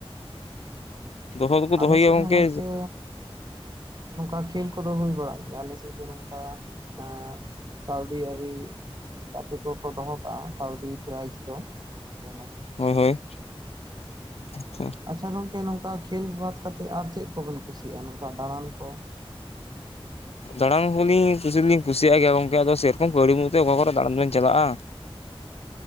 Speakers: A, on the right; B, on the left.
A: ᱦᱳᱭᱛᱚ,
B: ᱫᱚᱦᱚ ᱫᱚᱠᱚ
A: ᱟᱞᱮ
B: ᱫᱚᱦᱚᱭ ᱜᱮᱭᱟ
A: ᱥᱮᱫ
B: ᱜᱚᱝᱠᱮ
A: ᱦᱚᱸ ᱜᱚᱝᱠᱮᱼᱼ ᱱᱚᱝᱠᱟ ᱠᱷᱮᱞ ᱠᱚᱫᱚ ᱦᱩᱭ ᱵᱟᱲᱟᱜ ᱜᱮᱭᱟ, ᱟᱞᱮ ᱥᱮᱫ ᱫᱚ ᱱᱚᱝᱠᱟᱼᱼ ᱟᱨ, ᱠᱟᱹᱣᱰᱤ ᱟᱹᱨᱤᱼᱼ ᱜᱟᱛᱮ ᱠᱚᱠᱚ ᱫᱚᱦᱚ ᱠᱟᱜᱼᱟ ᱠᱟᱹᱣᱰᱤ ᱯᱨᱟᱭᱤᱡᱽ ᱫᱚ, ᱡᱮᱼᱼ
B: ᱦᱳᱭ ᱦᱳᱭ, ᱟᱪᱪᱷᱟᱼᱼ
A: ᱟᱪᱪᱷᱟ ᱜᱚᱝᱠᱮ ᱱᱚᱝᱠᱟ ᱠᱷᱮᱞ ᱵᱟᱫᱽ ᱠᱟᱛᱮᱫ ᱟᱨ ᱪᱮᱫ ᱠᱚᱵᱮᱱ ᱠᱩᱥᱤᱭᱟᱜᱼᱟ? ᱱᱚᱝᱠᱟ ᱫᱟᱬᱟᱱ ᱠᱚ?
B: ᱫᱟᱬᱟᱱ ᱦᱚᱸᱞᱤᱧ ᱠᱩᱥᱤ ᱫᱚ ᱞᱤᱧ ᱠᱩᱥᱤᱭᱟᱜ ᱜᱮᱭᱟ ᱜᱚᱝᱠᱮ, ᱟᱫᱚ ᱥᱮᱨᱚᱠᱚᱢ ᱠᱟᱹᱣᱲᱤ ᱢᱩᱛᱮ ᱚᱠᱟ ᱠᱚᱨᱮ ᱫᱟᱬᱟᱱ ᱵᱮᱱ ᱪᱟᱞᱟᱜᱼᱟ ᱾